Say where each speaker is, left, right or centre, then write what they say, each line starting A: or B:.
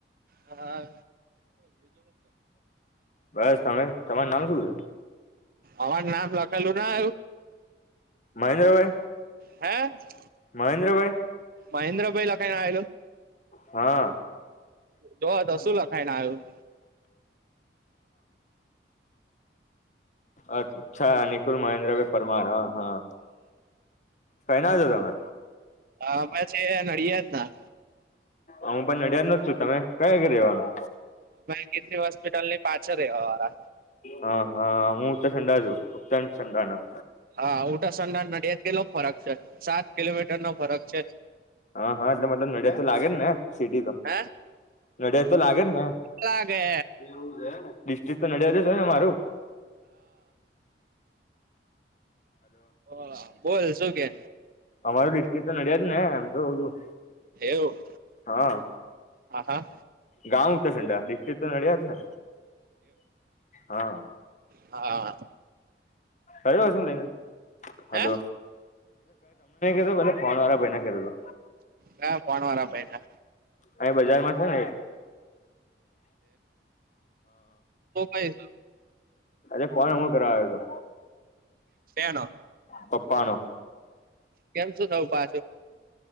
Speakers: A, on the right (about 50°); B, on the left (about 40°).
A: હા.
B: બસ તમે તમાર નામ શું છે?
A: અમારું નામ લખેલું ના આવ્યું
B: મહેન્દ્રભાઈ?
A: હે?
B: મહેન્દ્રભાઈ?
A: મહેન્દ્રભાઈ લખાઈને આવેલું
B: <inaudible> હા
A: જો
B: <inaudible>
A: <unintelligible> આવ્યું.
B: અછા નિકુલ મહેન્દ્રભાઈ પરમાર હા. હા કઈ ના આવ છો તમે?
A: હા અમે છે નડિયા જ ના.
B: હું પણ નડિયાદ ન જ છું તમે કયા ઘ રેવાનું.
A: એ હ હોસ્પિટલ પાછળ રહેવા વાળા
B: હા હા હું ઉત્તર ચડા છું ઉત્તણ સંંડાના.
A: હા ઉત્તરસંડા ના નડિયાદ કેટલો ફરક છે સાત કિલોમીટર નો ફરક છે.
B: હા હા એટલે મતલબ નડિયાદ તો લાગે જ ને સિટી તો
A: હે
B: નડિયાદ તો લાગે ને.
A: લાગે
B: એવું છે હેંને? ડિસ્ટ્રિક તો નડિયાદ જ હોય ને મારું.
A: હ બોલ શું કે?
B: અમારું તો નડિયા જ ને એમ તો તું.
A: એવું?
B: હા.
A: હા હા.
B: ગાઉ તો ડા ડિસ્ટિક તો નડ્યા જ ને. હા
A: હા.
B: <unintelligible> ક તમને નઈધ
A: હે
B: પ ફોન વાળા ભાઈ કતો.
A: ના ફન વાળા ભાઈ ને.
B: અહીં બજારમાં છે ને એક
A: <unintelligible>
B: અ કોણ અમુ કરાવ્યો હતો?
A: શનો?
B: પપ્પા નો.
A: કેમ શું થવું પાછું?